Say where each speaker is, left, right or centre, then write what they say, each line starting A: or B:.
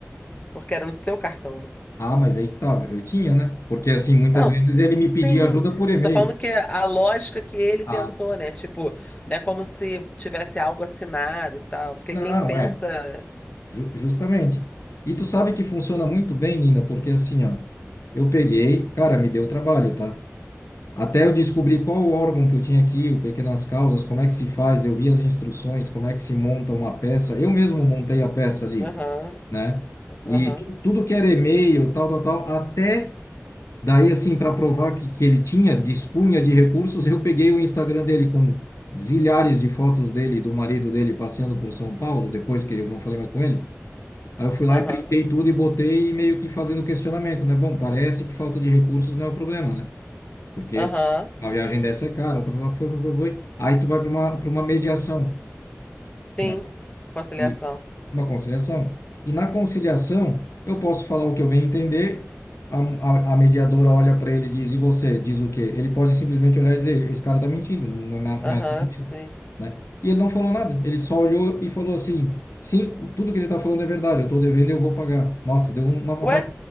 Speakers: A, on the left; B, on the left.
A: Porque era no seu cartão, né?
B: ah, mas aí que tava. Eu tinha, né? Porque assim, muitas
A: Não,
B: vezes
A: sim.
B: ele me pedia ajuda por e-mail.
A: Eu tô falando que a lógica que ele
B: Ah,
A: pensou, né? Tipo, não é como se tivesse algo assinado e tal. Porque
B: não,
A: quem pensa.
B: é. Ju- Justamente. E tu sabe que funciona muito bem, Nina, porque assim, ó, eu peguei, cara, me deu trabalho, tá? Até eu descobri qual o órgão que eu tinha aqui, o Pequenas Causas, como é que se faz, eu vi as instruções, como é que se monta uma peça. Eu mesmo montei a peça ali,
A: Aham,
B: né? E
A: aham,
B: tu- tudo que era e-mail, tal, tal, tal, até daí, assim, para provar que, que ele tinha, dispunha de recursos, eu peguei o Instagram dele com zilhares de fotos dele, e do marido dele passeando por São Paulo, depois que eu não falei mais com ele. Aí eu fui lá
A: aham,
B: e printei tudo e botei e meio que fazendo questionamento, né? Bom, parece que falta de recursos não é o problema, né? Porque
A: aham.
B: uma viagem dessa é cara, tá, tá, tá, foi, foi, foi, foi. Aí tu vai para uma, para uma mediação,
A: Sim.
B: né?
A: Conciliação.
B: E uma conciliação. E na conciliação, eu posso falar o que eu bem entender, a, a, a mediadora olha para ele e diz, e você? Diz o quê? Ele pode simplesmente olhar e dizer, esse cara tá mentindo, não, não, é
A: Aham,
B: não é nada disso,
A: sim.
B: né? E ele não falou nada, ele só olhou e falou assim... Sim, tudo que ele está falando é verdade. Eu estou devendo e eu vou pagar. Nossa, deu um, uma vontade
A: Ué?